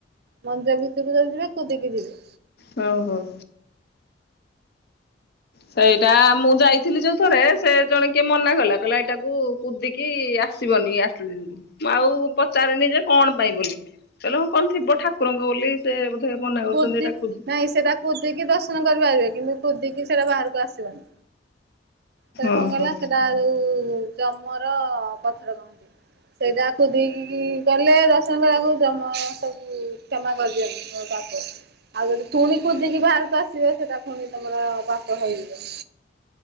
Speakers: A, on the right; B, on the left.
A: ମନ୍ଦିର ଭିତରକୁ ଯଦି ଯିବେ କୁଦିକି ଯିବେ।
B: ହୋଉ ହୋଉ। ସେଇଟା ମୁଁ ଯାଇଥିଲି ଯୋଉ ଥରେ ସେ ଜଣେ କିଏ ମନା କଲା। କହିଲା ଏଇଟାକୁ କୁଦି କି ଆସିବନି ଆସିଲି ଆଉ ପଚାରିନି ଯେ କଣ ପାଇଁ ବୋଲି? ଚାଲମ କଣ ଥିବ ଠାକୁରଙ୍କ ବୋଲି ସେ ବୋଧେ ମନା କରୁଛନ୍ତି
A: କୁଦି
B: ଠାକୁର।
A: ନାଇଁ ସେଇଟା କୁଦିକି ଦର୍ଶନ କରିପାରିବେ କିନ୍ତୁ କୁଦିକି ସେଇଟା ବାହାରକୁ ଆସିବନି। ପରେ କଣ
B: ଓହୋ
A: କହିଲା ସେଟା ଯୋଉ ଜମର ପଥର କହନ୍ତି ସେଇଟା କୁଦିକୀ ଗଲେ ଦର୍ଶନଙ୍କକୁ ଜମା ସବୁ କ୍ଷମା କରିଦିଅନ୍ତୁ। ପାପ ଆଉ ଯଦି ପୁଣି କୁଦିକି ବାହାରକୁ ଆସିବେ ସେଟା ପୁଣି ତମର ପାପ ହେଇଯିବ।